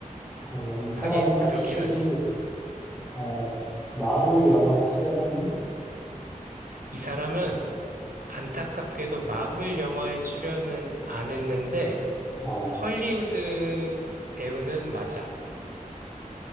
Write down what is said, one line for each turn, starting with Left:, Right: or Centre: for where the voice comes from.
Centre: 그러면 이 사람은
Right: 하긴
Centre: 혹시,
Right: 그렇긴 하지.
Centre: 어, 마블 영화에 출연했니?
Right: 이 사람은 안타깝게도 마블 영화에 출연은 안 했는데
Centre: 어,
Right: 헐리우드 배우는 맞아.